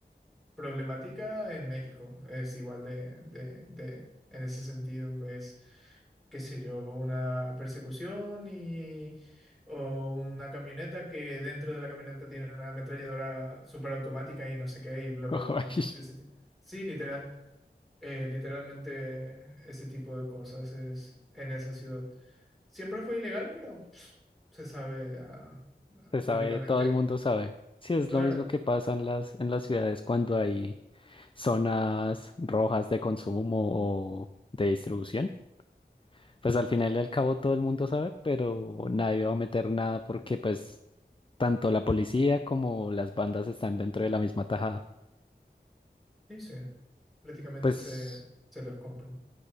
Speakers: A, in the centre; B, on the left.
A: problemática en México. Es igual de, de, de, en ese sentido, ves, qué sé yo, una persecución y, o una camioneta que dentro de la camioneta tiene una ametralladora superautomática y no sé qué y bla, bla,
B: <laughs>
A: bla. Ese ti- Sí, literal eh, literalmente ese tipo de cosas es en esa ciudad. Siempre fue ilegal, pero pss, se sabe ah,
B: Se
A: públicamente.
B: sabe, todo el mundo sabe. Sí, es
A: Claro,
B: lo mismo que pasa en las, en las ciudades cuando hay zonas rojas de consumo o de distribución. Pues al final y al cabo todo el mundo sabe, pero nadie va a meter nada porque pues tanto la policía como las bandas están dentro de la misma tajada.
A: sí sí, prácticamente
B: Pues,
A: se, se los compran.